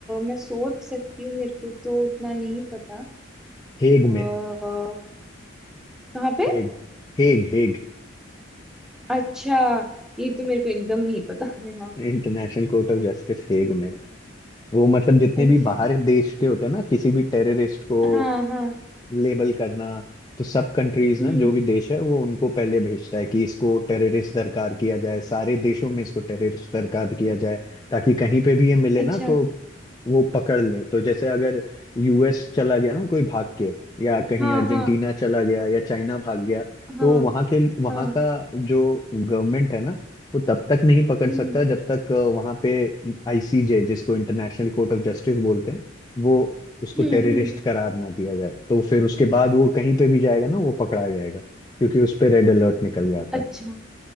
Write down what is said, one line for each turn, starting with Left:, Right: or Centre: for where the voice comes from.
Centre: मैं सोच सकती हूँ मेरे को तो उतना नहीं पता
Left: हेग
Centre: अ,
Left: में
Centre: कहाँ पे
Left: Hague Hague Hague
Centre: अच्छा ये तो मेरे को एकदम नहीं पता है हाँ
Left: International Court of Justice Hague में है। वो मतलब जितने
Centre: अच्छा
Left: भी बाहर देश के होते हैं ना किसी भी टेररिस्ट को
Centre: हाँ हाँ
Left: लेबल करना तो सब कंट्रीज
Centre: हम्म
Left: ना जो भी देश है वो उनको पहले भेजता है कि इसको टेररिस्ट दरकार किया जाए सारे देशों में इसको टेररिस्ट दरकार किया जाए ताकि कहीं पे भी ये मिले
Centre: अच्छा
Left: ना तो वो पकड़ ले तो जैसे अगर यूएस चला गया ना कोई भाग के या कहीं
Centre: हाँ
Left: अर्जेंटीना
Centre: हाँ
Left: चला गया या चाइना भाग गया
Centre: हाँ
Left: तो वहां के वहां
Centre: हाँ
Left: का जो गवर्नमेंट है ना वो तब तक नहीं पकड़
Centre: हम्म
Left: सकता जब तक वहां पे आईसीजे जिसको इंटरनेशनल कोर्ट ऑफ जस्टिस बोलते हैं वो उसको
Centre: हम्म
Left: टेररिस्ट
Centre: हम्म
Left: करार ना दिया जाए तो फिर उसके बाद वो कहीं पे भी जाएगा ना वो पकड़ा जाएगा क्योंकि उस पे रेड अलर्ट निकल जाता
Centre: अच्छा
Left: है